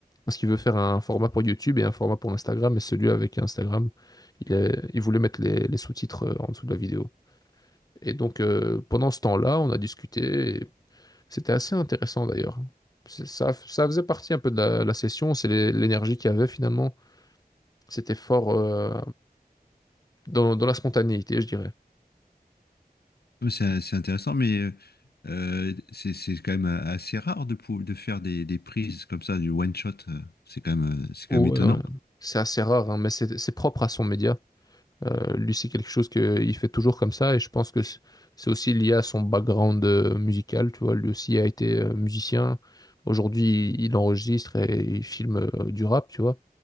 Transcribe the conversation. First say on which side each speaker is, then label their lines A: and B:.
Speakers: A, on the left; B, on the left.
A: Parce qu'il veut faire un format pour YouTube et un format pour Instagram. Et celui avec Instagram, il, est- il voulait mettre les, les sous-titres euh, en dessous de la vidéo. Et donc, euh, pendant ce temps-là, on a discuté. et C'était assez intéressant d'ailleurs. C'est- Ça, ça faisait partie un peu de la, la session. C'est les- l'énergie qu'il y avait finalement. C'était fort euh, dans, dans la spontanéité, je dirais.
B: C'est c'est intéressant, mais euh, c'est c'est quand même assez rare de, pou- de faire des, des prises comme ça, du one shot. euh, C'est quand même, euh, c'est
A: Ou,
B: quand même étonnant.
A: euh, c'est assez rare, hein, mais c'est c'est propre à son média. Euh, lui, c'est quelque chose qu'il fait toujours comme ça et je pense que c- c'est aussi lié à son background euh, musical. Tu vois, lui aussi a été euh, musicien. Aujourd'hui, il enregistre et il filme euh, du rap, tu vois.